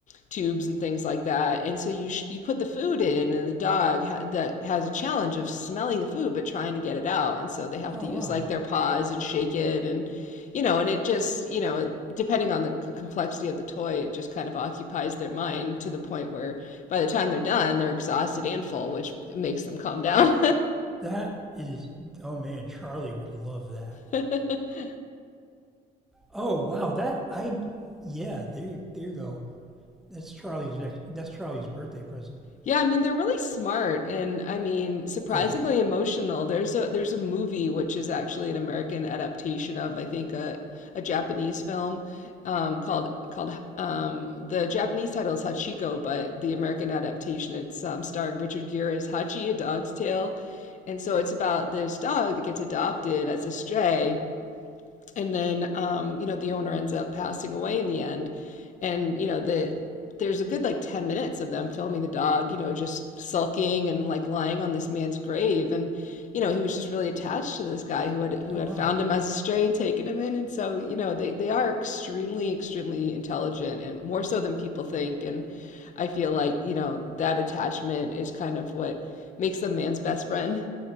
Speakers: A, on the left; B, in the centre.
A: tubes and things like that. And so you sh you put the food in, and the dog ha that has a challenge of smelling the food but trying to get it out. And so they have
B: Oh
A: to use
B: wow,
A: like their paws and shake it and you know, and it just, you know, depending on the c- complexity of the toy, it just kind of occupies their mind to the point where by the time they're done, they're exhausted and full, which makes them calm down.
B: that is oh man, Charlie would love that.
A: <laughs>
B: Oh wow, that I yeah there there you go. That's Charlie's next. That's Charlie's birthday present.
A: Yeah, I mean they're really smart and I mean surprisingly
B: Oh yeah.
A: emotional. There's a there's a movie which is actually an American adaptation of I think a a Japanese film um, called called um, the Japanese title is Hachiko, but the American adaptation it's um, starring Richard Gere as Hachi, a dog's tale, and so it's about this dog that gets adopted as a stray and then um, you know the owner ends up passing away in the end and you know the there's a good like 10 minutes of them filming the dog you know just sulking and like lying on this man's grave and you know he was just really attached to this guy who had who
B: Oh
A: had
B: wow.
A: found him as a stray and taken him in and so you know they they are extremely extremely intelligent and more so than people think and i feel like you know that attachment is kind of what makes them man's best friend